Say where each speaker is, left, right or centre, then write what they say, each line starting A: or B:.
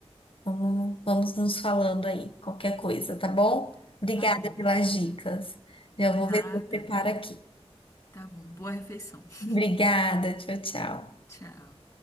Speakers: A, on the left; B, on the left.
A: vamos, vamos nos falando aí, qualquer coisa, tá bom? Obrigada
B: Tá bom.
A: pelas dicas. Já vou
B: Nada.
A: ver se eu preparo aqui.
B: Tá bom. Boa refeição. <laughs>
A: Obrigada, tchau, tchau.
B: Tchau.